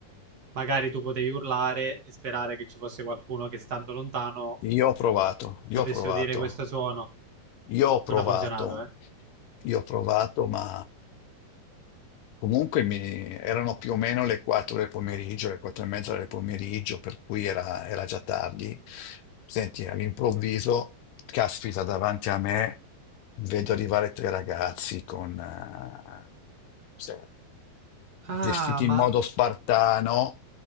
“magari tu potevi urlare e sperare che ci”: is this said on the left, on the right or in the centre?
Right